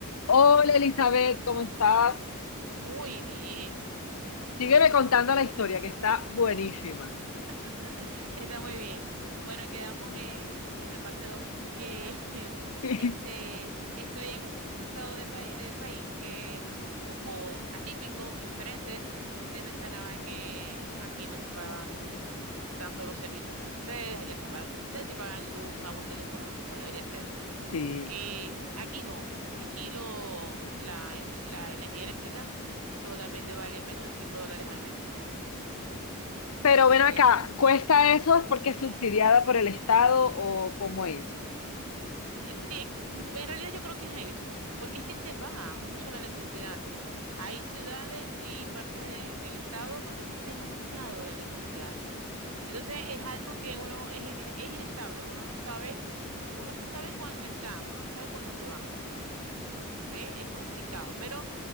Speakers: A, on the left; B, on the right.
A: Hola Elizabeth, ¿cómo estás?
B: Muy bien.
A: Sígueme contando la historia que está buenísima.
B: <laughs> Está muy bien. Bueno, quedamos en, en la parte 2 que <laughs>
A: <laughs>
B: este, estoy en un estado de pa- del país que es un poco atípico, es diferente. Te mencionaba que aquí no se pagan tanto los servicios como ustedes, allá se pagan, ustedes sí pagan luz, agua, teléfono como debería ser.
A: Sí.
B: Eh, aquí no, aquí lo, la, la energía eléctrica solamente vale menos de 5 dólares al mes.
A: Pero
B: Entonces,
A: ven acá, ¿cuesta eso? ¿Es porque es subsidiada por el Estado o cómo es?
B: Eh, Sí, en, cu- en realidad yo creo que es eso, porque es que se va mucho la electricidad. Hay ciudades y parte de- del estado donde se va demasiado la electricidad. Entonces es algo que uno es, ine- es inestable, uno no sabe, uno sabe cuándo está, uno no sabe cuándo se va. ¿Ve? Es complicado, pero